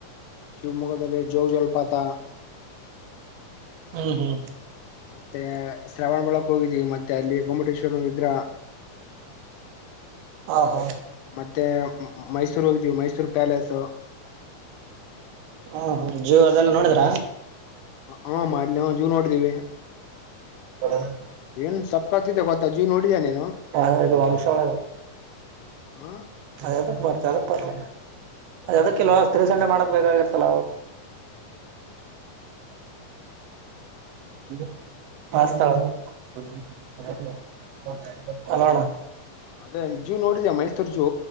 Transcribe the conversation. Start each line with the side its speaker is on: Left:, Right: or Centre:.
Left: ಶಿವಮೊಗ್ಗದಲ್ಲಿ ಜೋಗ ಜಲಪಾತ.
Right: ಹ್ಮ ಹ್ಮ.
Left: ಮತ್ತೆ ಶ್ರವಣಬೇಳಕ ಹೋಗಿದ್ದವಿ ಮತ್ತೆ ಅಲ್ಲಿ ಗೊಮ್ಮಟೇಶ್ವರ ವಿಗ್ರಹ
Right: ಹಾ ಹಾ.
Left: ಮತ್ತೆ ಮೈಸೂರು ಹೋಗ್ದೀವಿ ಮೈಸೂರ ಪ್ಯಾಲೇಸ್.
Right: ಹ್ಮ ಹ್ಮ ಜೂ ಅದೆಲ್ಲ ನೋಡಿದ್ರ.
Left: ಹ ಮಾಡ್ಲಿ ಜೂ ನೋಡಿದೀವಿ.
Right: <inaudible>
Left: ಏನ್ ಸಕತ್ತ ಇದೆ ಗೊತ್ತಾ ಜೂ ನೋಡಿದೀಯ ನೀ
Right: ಹ ಇದು ವಂಶವರ
Left: ಹ
Right: ಎದಕ್ಕ ಬತ್ತ ಎದಕ್ಕ ಬರಲ್ಲ
Left: ಹಲೋ
Right: ಎದಕ್ಕ ಇಲ್ಲೋ ತ್ರಸಂಟೆ ಮಾಡಕ ಬೇಕಾಗಿರ್ತಲ್ <unintelligible> <inaudible> <unintelligible> ಹಲೋ ಅನಾ
Left: ಅದೇ ಜೂ ನೋಡಿದ್ಯಾ ಮೈಸೂರ ಜೂ